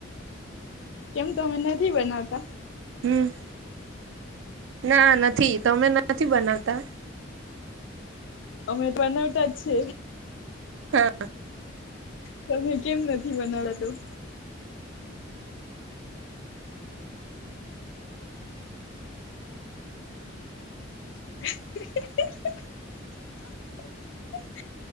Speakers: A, on the left; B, on the right.
A: કેમ તો અમે નથી બનાવતા.
B: હમ. ના નથી ત અમે નથી બનાવતા.
A: અમેટ બનાવતા જ છે.
B: હા
A: તમે કેમ નથી બનાવા તું. <inaudible>